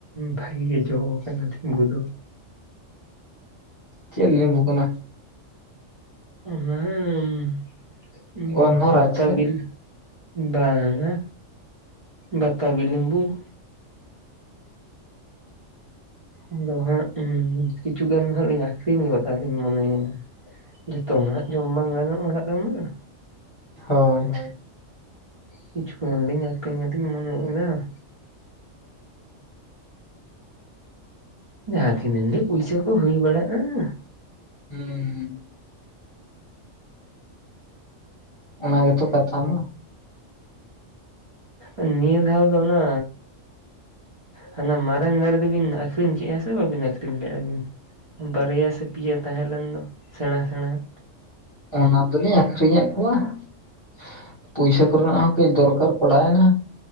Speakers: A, on the right (about 25°); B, on the left (about 20°).
A: ᱵᱷᱟᱜᱤ ᱜᱮ ᱡᱚ ᱟᱠᱟᱱᱟ ᱛᱤᱧ ᱜᱚ ᱫᱚ
B: ᱪᱮᱜ ᱞᱮᱵᱩ ᱠᱟᱱᱟ?
A: <unintelligible>
B: ᱜᱚᱱᱫᱷᱚᱨᱟᱡᱽ
A: ᱵᱟᱛᱟ
B: ᱥᱮ
A: ᱵᱤᱞᱤ ᱵᱟᱝᱼᱟ ᱵᱟᱛᱟᱵᱤ ᱞᱤᱢᱵᱩ ᱾ ᱟᱫᱚ ᱦᱟᱸᱜ ᱩᱢ ᱠᱤᱪᱷᱩ ᱜᱟᱱ ᱫᱚ ᱦᱟᱸᱜ ᱞᱤᱧ ᱟᱠᱷᱨᱤᱧ ᱜᱚᱫᱟᱞᱤᱧ ᱢᱚᱱᱮᱭᱫᱟ ᱾ ᱡᱚᱛᱚ ᱱᱟ ᱦᱟᱸᱜ ᱡᱚᱢ ᱵᱟᱝ ᱜᱟᱱᱚᱜ-ᱟ ᱚᱲᱟᱜ ᱨᱮᱢᱟ
B: ᱦᱳᱭ ᱾
A: ᱠᱤᱪᱷᱩᱴᱟ ᱜᱟᱱ ᱞᱤᱧ ᱟᱹᱠᱷᱨᱟᱤᱧ ᱟᱫᱤᱧ ᱢᱚᱱᱮᱭ ᱮᱫᱟ ᱾ ᱡᱟᱦᱟᱸ ᱛᱤᱱᱟᱝ ᱜᱮ ᱯᱩᱭᱥᱟᱹ ᱠᱚ ᱦᱩᱭ ᱵᱟᱲᱟᱜᱼᱟ ᱾
B: ᱩᱸᱢᱻ ᱚᱱᱟ ᱜᱮᱛᱚ ᱠᱟᱛᱷᱟ ᱢᱟ
A: ᱩᱸ ᱱᱤᱭᱟᱹ <unintelligible> ᱫᱚ ᱚᱱᱟᱻ ᱦᱟᱱᱟ ᱢᱟᱨᱟᱝ ᱫᱟᱨᱮ ᱫᱚᱵᱤᱱ ᱟᱹᱠᱷᱨᱤᱧ ᱠᱮᱡᱼᱟ ᱥᱮ ᱵᱟᱹᱵᱤᱱ ᱟᱹᱷᱨᱤᱧ ᱞᱮᱫᱼᱟ ᱵᱤᱱ? ᱵᱟᱨᱭᱟ ᱥᱮ ᱯᱤᱭᱟᱹ ᱛᱟᱦᱮᱸ ᱞᱮᱱ ᱫᱚ ᱥᱮᱬᱟ ᱥᱮᱬᱟ
B: ᱚᱱᱟ ᱫᱚᱞᱤᱧ ᱟᱠᱷᱨᱤᱧ ᱟᱜ ᱠᱚᱣᱟ ᱾ ᱯᱚᱭᱥᱟ ᱠᱚᱨᱮᱱᱟᱜ ᱦᱚᱸ ᱠᱟᱹᱡ ᱫᱚᱨᱠᱟᱨ ᱯᱟᱲᱟᱣ ᱮᱱᱟ